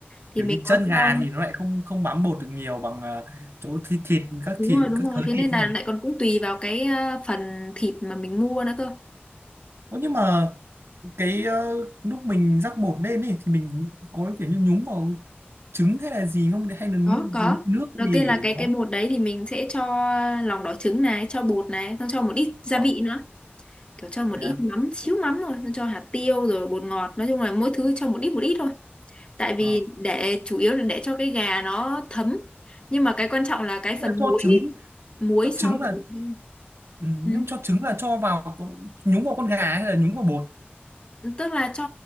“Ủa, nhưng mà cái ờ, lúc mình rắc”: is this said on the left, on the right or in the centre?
Right